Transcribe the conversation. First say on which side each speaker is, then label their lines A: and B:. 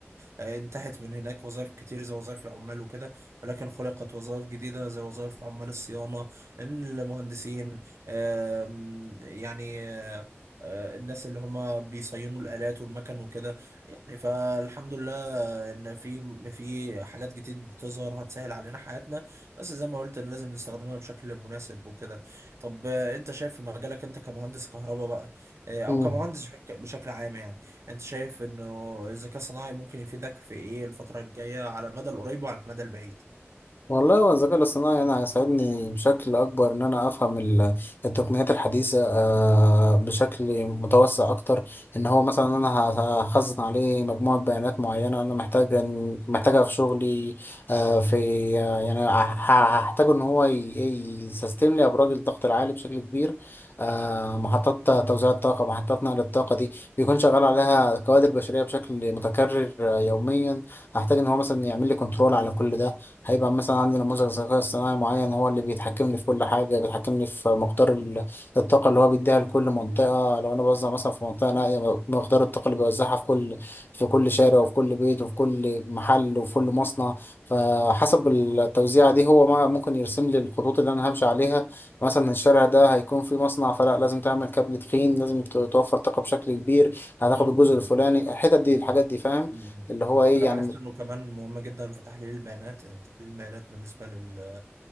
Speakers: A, on the right (about 80°); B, on the left (about 45°).
A: انتهت من هناك وظائف كتير زي وظائف العمال وكده ولكن خلقت وظائف جديدة زي وظائف عمال الصيانة المهندسين آم، يعني آه، آه، الناس اللي هما بيصينوا الآلات والمكن وكده يعني فالحمد لله ان في في حاجات جديد بتظهر هتسهل علينا حياتنا بس زي ما قلت لازم نستخدمها بشكل مناسب وكده طب آه، انت شايف في مجالك انت كمهندس كهرباء بقى آه، او
B: مم.
A: كمهندس بشك- بشكل عام يعني انت شايف انه الذكاء الصناعي ممكن يفيدك في ايه الفترة الجاية على المدى القريب وعلى المدى البعيد
B: والله هو الذكاء الاصطناعي أنا هيساعدني بشكل أكبر إن أنا أفهم ال- التقنيات الحديثة آه، بشكل متوسع أكتر إن هو مثلا أنا ه- هخزن عليه مجموعة بيانات معينة أنا محتاج إن- محتاجها في شغلي آه، في آه، يعني ه- ه- هحتاج إن هو ي- ي- يسيستم لي أبراج الضغط العالي بشكل كبير آه، محطات توزيع الطاقة محطات نقل الطاقة دي بيكون شغال عليها كوادر بشرية بشكل متكرر آه، يوميا هحتاج إن هو مثلا يعمل لي كنترول على كل ده هيبقى مثلا عندي نموذج ذكاء اصطناعي معين هو اللي بيتحكمني في كل حاجة بيتحكمني في مقدار ال- الطاقة اللي هو بيديها لكل منطقة لو أنا بوزع مثلا في منطقة نائية مقدار الطاقة اللي بيوزعها في كل في كل شارع وفي كل بيت وفي كل محل وفي كل مصنع فحسب التوزيعة دي هو ما ممكن يرسم لي الخطوط اللي أنا همشي عليها مثلا الشارع ده هيكون فيه مصنع فلا لازم تعمل كابل تخين لازم ت- توفر طاقة بشكل كبير هتاخد
A: مم.
B: الجزء
A: مم.
B: الفلاني الحتت دي الحاجات دي فاهم
A: مم.
B: اللي هو إيه
A: انا
B: يعني
A: بحس انه كمان مهم جدا في تحليل البيانات يعني تحليل البيانات بالنسبة لل